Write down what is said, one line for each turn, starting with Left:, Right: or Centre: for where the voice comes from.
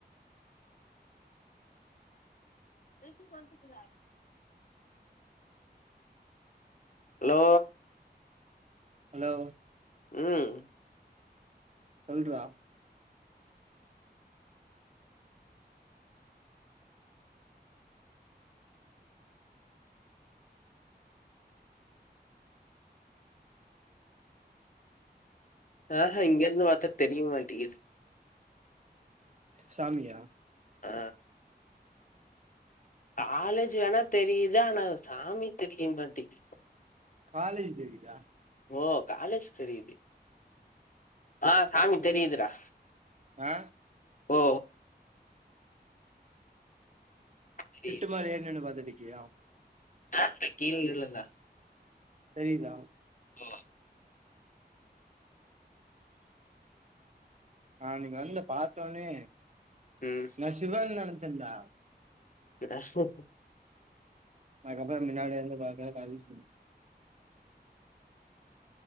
Left: <unintelligible> ஹலோ
Right: ஹலோ
Left: ம்
Right: சொல்றா
Left: ஆ ஹ இங்க இருந்து பாத்தா தெரியமட்டிகுது
Right: சாமியா
Left: ஆ காலேஜ் வேணா தெரியுது ஆனா சாமி தெரிய மாட்டிகுது
Right: காலேஜ் தெரிதா
Left: ஓ காலேஜ் தெரயுது ஆ சாமி தெரியுது டா
Right: ஆ
Left: ஓ தெரியுது
Right: திட்டு மேல ஏரி நின்னு பாத்துட்ருக்கியா
Left: ஆப்ப கீழ இழுங்க
Right: தெரியிதா
Left: ஓ
Right: ஆ அன்னைக்கு வந்து பாத்தோனே
Left: ம்
Right: நா சிவான் நெனச்சன்டா
Left: ரஸ்வொக்
Right: அதுக்கப்ற மின்னாடிலந்து பாக்க கால் இன்ச் பின்